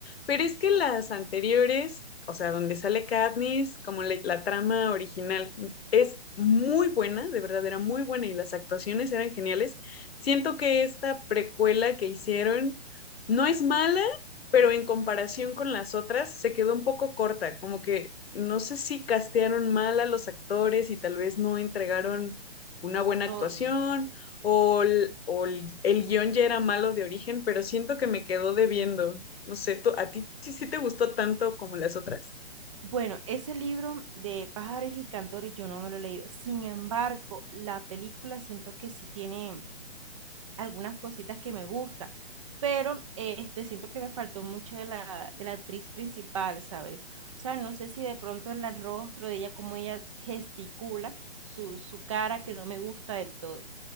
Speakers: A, on the left; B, on the right.
A: pero es que las anteriores, o sea, donde sale Katniss, como la, la trama original, mm, es muy buena, de verdad era muy buena y las actuaciones eran geniales. Siento que esta precuela que hicieron no es mala, pero en comparación con las otras se quedó un poco corta, como que no sé si castearon mal a los actores y tal vez no entregaron una buena
B: Todo.
A: actuación o, el, o el- el guión ya era malo de origen, pero siento que me quedó debiendo. No sé, ¿tú- ¿a ti sí, sí te gustó tanto como las otras?
B: Bueno, ese libro de pájaros y cantores yo no me lo he leído. Sin embargo, la película siento que sí tiene algunas cositas que me gustan, pero eh, este, siento que me faltó mucho de la, de la actriz principal, ¿sabes? O sea, no sé si de pronto el rostro de ella, cómo ella gesticula su, su cara que no me gusta del todo.